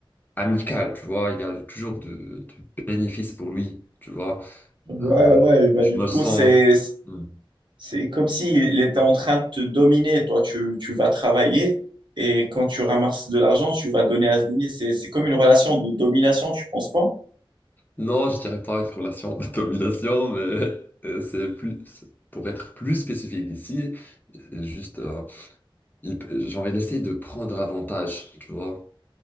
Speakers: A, on the left (about 20°); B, on the right (about 55°).
A: amical, tu vois, il y a toujours de, de bénéfices pour lui, tu vois.
B: Ouais,
A: Euh,
B: ouais, bah
A: je
B: du
A: me
B: coup,
A: sens,
B: C'est,
A: Hmm.
B: c'est comme s'il était en train de te dominer. Toi, tu, tu vas travailler et quand tu ramasses de l'argent, tu vas donner à ce dîner. C'est, c'est comme une relation de domination, tu penses pas?
A: non, je dirais pas une relation <laughs> de domination, mais euh, c'est plus, pour être plus spécifique ici, c'est juste, euh, il, genre il essaie de prendre avantage, tu vois.